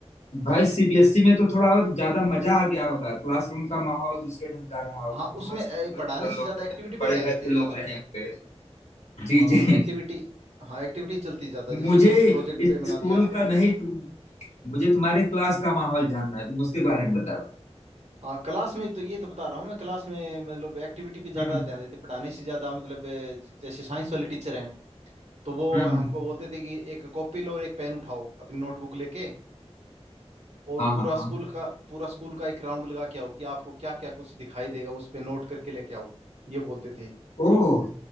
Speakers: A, on the left (about 85°); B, on the right (about 75°).
A: भाई सीबीएसई में तो थोड़ा और ज्यादा मजा आ गया होगा क्लासरूम का माहौल दूसरे ढंग का रहा होगा
B: हाँ
A: वहां
B: उसमें
A: सब
B: ए,
A: सुंदर
B: पढ़ाने
A: सुंदर
B: से
A: लोग
B: ज्यादा
A: रहे,
B: एक्टिविटी पे
A: बड़े
B: ध्यान
A: घर
B: देते
A: के
B: हैं
A: लोग
B: ज्यादा
A: रहे होंगे जी
B: हाँ
A: जी
B: एक्टिविटी हाँ एक्टिविटी चलती है ज्यादा
A: मुझे
B: जैसे कुछ प्रोजेक्ट पे बना
A: स्कूल
B: दिया
A: का नहीं तुम मुझे तुम्हारे क्लास का माहौल जानना है तुम उसके बारे में बताओ
B: हाँ क्लास में तो ये तो बता रहा हूँ मैं क्लास में मतलब एक्टिविटी पे ज्यादा
A: हम्म
B: ध्यान देते पढ़ाने से ज्यादा मतलब ए, ज- जैसे साइंस वाले टीचर हैं तो वो
A: हम्म
B: हमको
A: हम्म
B: बोलते थे कि एक कॉपी लो और एक पेन उठाओ अपनी नोटबुक लेके और
A: हाँ
B: पूरा
A: हाँ हाँ
B: स्कूल का पूरा स्कूल का एक राउंड लगा के आओ कि आपको क्या क्या कुछ दिखाई देगा उस पे नोट करके लेके आओ ये बोलते थे
A: ओ